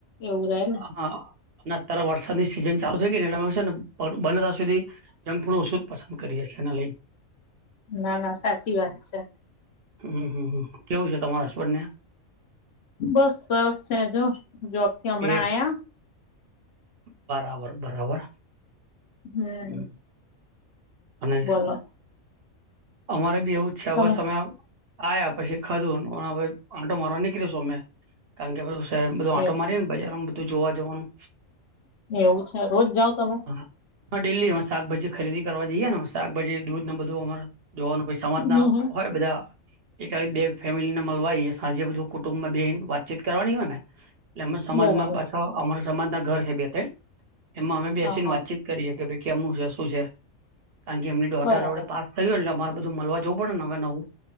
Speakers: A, on the left; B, on the right.
A: એવું રહે ને
B: હા અને અત્યારે વરસાદની સિઝન ચાલુ થઈ ગઈ ને એટલે સે ને બ બને ત્યાં સુધી જંક ફૂડ ઓછું જ પસંદ કરીએ સે એને લઈ
A: ના ના સાચી વાત છે.
B: હમ્મ હમ્મ હમ્મ કેવું છે તમારા હસબંડ ને
A: બસ સરસ છે જો જોબ થી હમણાં
B: એ
A: આયા
B: બરાબર બરાબર.
A: હમ્મ
B: હમ. અને
A: બોલો
B: અમારે બી એવું છે અવે
A: તમે
B: સમય આયા પછી ખાધું હવે આટો મારો નીકળીશું અમે કારણ કે હવે શહેર બધું આટો
A: એ
B: મારીએ ને બજારમાં બધું જોવા જવાનું
A: એવું છે રોજ જાઓ તમે
B: <unintelligible> હા ડેલીમાં શાકભાજી ખરીદી કરવા જઈએ ને શાકભાજી દૂધ બધું અમારા જોવાનું પસી સમાજ ના
A: હમ હમ
B: હોય બધા એકાદ બે ફેમિલીને મલવાય સાંજે બધું કુટુંબમા બેહિને વાતચીત કરવાની હોય ને એટલે અમે સમાજમાં
A: બરાબર
B: પાછા અમારા સમાજ ના ઘર છે બે તે એમાં અમે બેસી
A: હા હા
B: ને વાતચીત કરીએ કે ભઈ કેમનું છે શું છે કારણ કે એમની ડોટર
A: બરાબર
B: જોડે પાસ થયું એટલે અમારે બધું મલવા જવું પડે ને હવે નવું